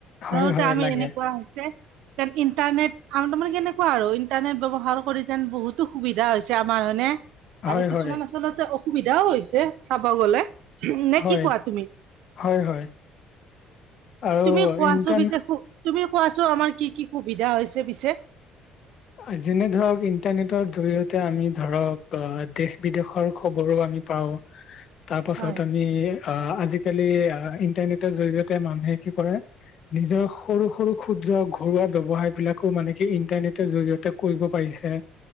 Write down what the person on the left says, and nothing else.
হয়
হয়
লাগে
হয়
হয়
হয়
হয় হয় আৰু
ইণ্টাৰ
আ যেনে ধৰক ইণ্টাৰনেটৰ জৰিয়তে আমি ধৰক আ দেশ - বিদেশৰ খবৰো আমি পাওঁ তাৰপাছত
আমি আ আজিকালি আ ইণ্টাৰনেটৰ জৰিয়তে মানুহে কি কৰে নিজৰ সৰু - সৰু ক্ষুদ্ৰ ঘৰুৱা ব্যৱসায়বিলাকো মানে কি ইন্টাৰনেট ত জৰিয়তে কৰিব পাৰিছে।